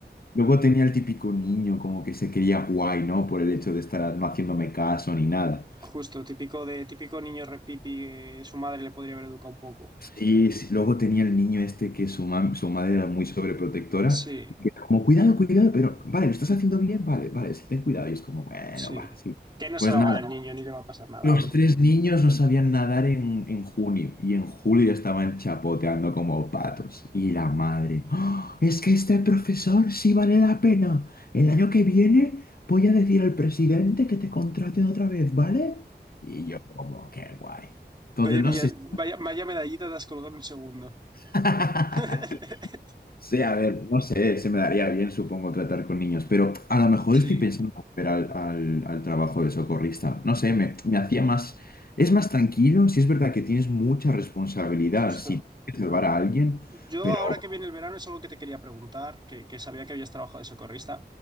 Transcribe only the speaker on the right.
justo, típico de típico niño repipi, eh, su madre le podría haber educado un poco.
Sí.
Sí.
Que no se
va a
ahogar el niño ni le va a pasar nada,
hombre.
Vaya,
meda-
vaya, vaya medallita te has colgado en un segundo.
<laughs>
Sí,
justo.
Yo
ahora que viene el verano es algo que te quería preguntar, que, que sabía que habías trabajado de socorrista.